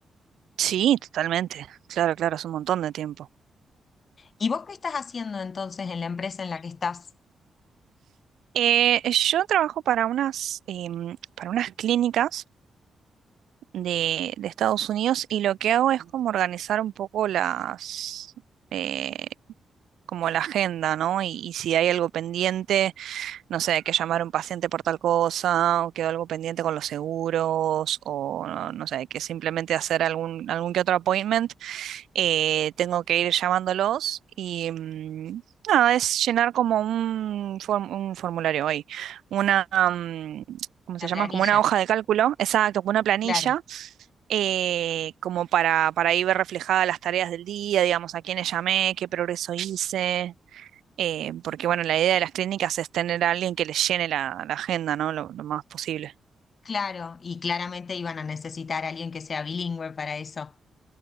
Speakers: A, on the right; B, on the left.
A: Sí, totalmente. Claro, claro, es un montón de tiempo.
B: ¿Y vos qué estás haciendo entonces en la empresa en la que estás?
A: Eh, yo trabajo para unas, em, para unas clínicas de, de Estados Unidos y lo que hago es como organizar un poco las, eh, como la agenda, ¿no? Y, y si hay algo pendiente, no sé, que llamar a un paciente por tal cosa, o quedó algo pendiente con los seguros, o no, no sé, que simplemente hacer algún, algún que otro appointment eh, tengo que ir llamándolos y mm, nada, es llenar como un, form- un formulario hoy, una, mm, ¿cómo se
B: La
A: llama?
B: planilla.
A: Como una hoja de cálculo, exacto, como una planilla,
B: Claro,
A: eh, como para, para ahí ver reflejadas las tareas del día, digamos, a quiénes llamé, qué progreso hice. eh, porque bueno, la idea de las clínicas es tener a alguien que les llene la, la agenda, ¿no? Lo, lo más posible.
B: claro, y claramente iban a necesitar a alguien que sea bilingüe para eso.